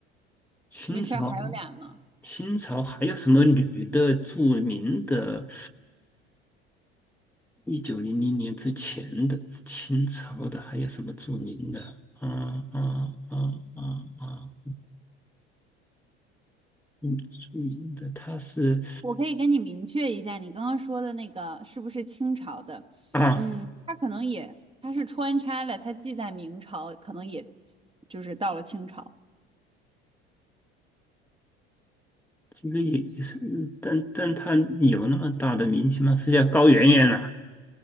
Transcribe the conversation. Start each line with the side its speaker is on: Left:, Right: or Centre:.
Centre: 清朝。
Right: 没事儿，还有俩呢。
Centre: 清朝还有什么女的著名的？一九零零年之前的清朝的还有什么著名的？啊啊啊啊啊！啊嗯，著名的她是
Right: 我可以跟你明确一下，你刚刚说的那个是不是清朝的？
Centre: 啊，
Right: 嗯，他可能也，他是穿插了，他既在明朝，可能也就是到了清朝。
Centre: 这个也也是，但但她有那么大的名气吗？是叫高圆圆啊？